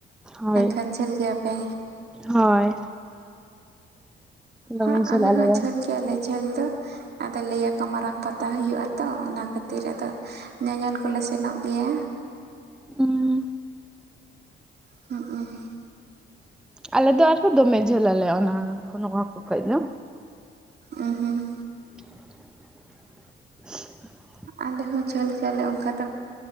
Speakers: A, in the centre; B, on the right.
A: ᱦᱳᱭ
B: ᱮᱱᱠᱷᱟᱱ ᱡᱷᱟᱹᱞ ᱜᱮᱭᱟᱯᱮ?
A: ᱦᱳᱭ᱾ ᱫᱚᱢᱮ
B: ᱦᱮ
A: ᱡᱷᱟᱹᱞ
B: ᱟᱞᱮ ᱦᱚᱸᱜ
A: ᱫᱚ
B: ᱡᱷᱟᱹᱞ ᱜᱮᱭᱟᱞᱮ᱾ ᱡᱷᱟᱹᱞ ᱫᱚ, ᱟᱫᱚ ᱞᱟᱹᱭᱟᱠᱚ ᱢᱟᱨᱟᱝ ᱯᱟᱛᱟ ᱦᱩᱭᱩᱜᱼᱟ ᱛᱚ ᱚᱱᱟ ᱠᱷᱟᱹᱛᱤᱨ ᱟᱫᱚ ᱧᱮᱧᱮᱞ ᱠᱚ ᱠᱚᱞᱮ ᱥᱮᱱᱚᱜ ᱜᱮᱭᱟ᱾
A: ᱦᱚᱸ᱾
B: <inaudible>
A: ᱟᱞᱮ ᱫᱚ ᱟᱨᱦᱚᱸ ᱫᱚᱢᱮ ᱡᱷᱟᱹᱞ ᱟᱞᱮ ᱚᱱᱟ ᱱᱚᱣᱟ ᱠᱚ ᱠᱷᱚᱡᱽ ᱫᱚ
B: ᱩᱸ ᱦᱩᱸ᱾
A: <inaudible>
B: ᱟᱞᱮ ᱦᱚᱸ ᱡᱷᱟᱹᱞ ᱜᱮᱭᱟᱞᱮ ᱚᱱᱠᱟ ᱫᱚ᱾